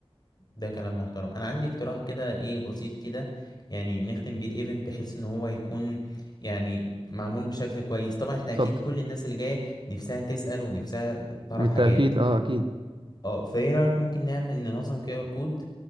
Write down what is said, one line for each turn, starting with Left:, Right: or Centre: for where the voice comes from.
Left: ده كلام محترم انا عندي اقتراح كده ايه بسيط كده يعني نختم بيه الايفنت بحيث ان هو يكون يعني معمول بشكل كويس طبعا احنا
Right: اتفضل
Left: اكيد كل الناس اللي جايه نفسها تسأل ونفسها تعرف
Right: بالتأكيد
Left: حاجات
Right: اه أكيد
Left: اه فايه رأيك ممكن نعمل ننظم كي ار كود